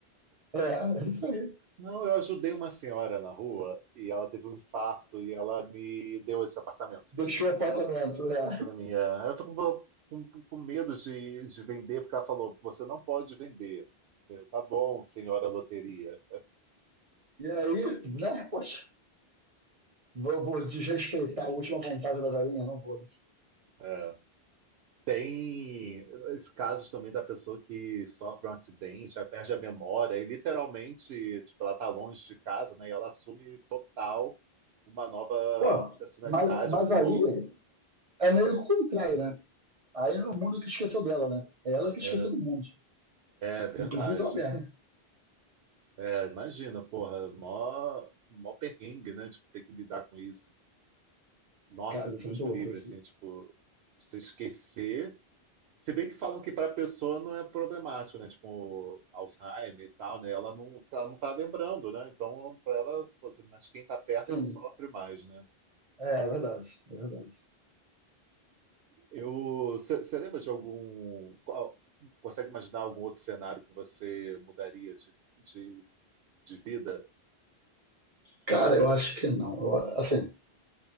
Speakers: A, on the right (about 40°); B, on the right (about 75°).
A: É, <laughs> é isso aí.
B: Não, eu ajudei uma senhora na rua e ela teve um infarto e ela me deu esse apartamento
A: Deixou o apartamento, é.
B: para mim. É, eu tô com, com, com medo de, de vender porque ela falou, você não pode vender. Eu, tá bom, senhora loteria.
A: E aí, né, poxa, vou, vou desrespeitar a última vontade da galinha, não vou, né?
B: É, Tem esses casos também da pessoa que sofre um acidente, aí perde a memória, e literalmente, tipo, ela tá longe de casa, né? E ela assume total uma nova
A: Pô,
B: personalidade.
A: mas, mas
B: É muito
A: aí
B: louco.
A: é meio que o contrário, né? Aí é o mundo que esqueceu dela, né? É ela que esqueceu
B: É,
A: do mundo.
B: é verdade.
A: Inclusive ela mesma.
B: É, imagina, porra, mó, mó perrengue, né? Tipo, ter que lidar com isso. Nossa,
A: Cara,
B: Deus
A: isso é muito
B: me
A: louco
B: livre,
A: assim
B: assim, tipo, você esquecer. Se bem que falam que para a pessoa não é problemático, né? Tipo, Alzheimer e tal, né? Ela não, ela não tá lembrando, né? Então, para ela, pô, assim, mas quem tá perto
A: Sim,
B: é que sofre mais, né?
A: é, é verdade, é verdade.
B: Eu, você lembra de algum, qual- consegue imaginar algum outro cenário que você mudaria de, de, de vida?
A: Cara, eu acho que não. Eu, assim,